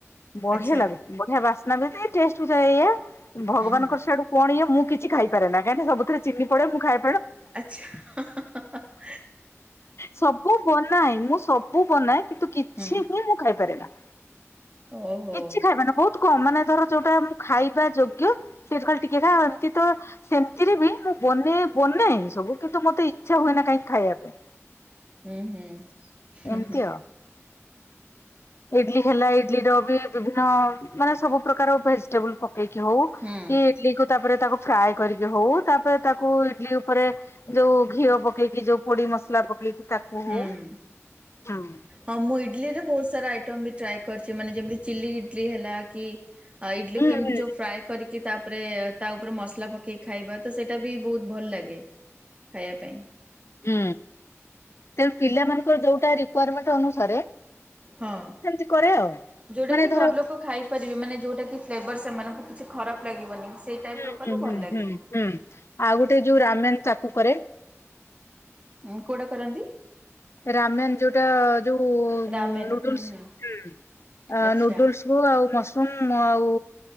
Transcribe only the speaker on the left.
ବଢ୍ୟା
ଲାଗୁ ବଢିଆ ବାସ୍ନା ବି। ଚେଷ୍ଟ ବି ଏଆ। ଭଗବାନଙ୍କର
ସେଆଡୁ ପଣି। ମୁଁ କିଛି ଖାଇପାରେ ନା। କାହିଁକି ସବୁଥିରେ ଚିନି ପଡେଁ। ମୁଁ ଖାଇ
ସବୁ ବନାଏ ମୁଁ ସବୁ ବନାଏ କିନ୍ତୁ କିଛି
ହିଁ ମୁଁ ଖାଇପାରେ ନା।
କିଛି ଖାଇବାନା, ବହୁତ କମ ମାନେ ଧର ଯୋଉଟା ଖାଇବା ଯୋଗ୍ୟ ସେଇଥୁରୁ ଖାଲି ଟିକେ ଖାଏ ଆ ଏମତିତ ସେମିତିରେ ବି ମୁଁ ବନେଇ, ବନେଇ ସବୁ। କିନ୍ତୁ ମତେ ଇଚ୍ଛା ହୁଏ ନା କାହିଁକି ଖାଇବା ପାଇଁ।
ଏମିତି
ଆଉ। ଇଡଲି ହେଲା। ଇଡଲି ର ବି ବିଭିନ୍ନ, ମାନେ ସବୁ ପ୍ରକାର ଭେଜିଟେବୁଲ ପକେଇକି ହଉ କି
ଇଡଲିକୁ ତାପରେ ତାକୁ ଫ୍ରାଏ କରିକି ହଉ, ତାପରେ ତାକୁ ଇଡଲି ଉପରେ ଯୋଉ ଘିଅ ପକେଇକି ଯୋଉ ପୋଡି ମସଲା ପକେଇକି ତାକୁ
ହଉ ହୁଁ।
ହୁଁ
ହୁଁ
ହୁଁ। ତେଣୁ ପିଲାମାନ ଙ୍କର ଯୋଉଟା ରିକ୍ଵାରମେଣ୍ଟ ଅନୁସାରେ ସେମିତି
କରେ ଆଉ। ମାନେ
ଧର
ହୁଁ
ହୁଁ ହୁଁ
ହୁଁ ହୁଁ। ଆଉ ଗୋଟେ ଯୋଉ <unintelligible> ତାକୁ କରେ।
ରାମେନ୍ ଯୋଉଟା ଯୋଉ
ନୁଡୁଲସ
ନୁଡୁଲସ ଆଉ ମସରୁମ ଆଉ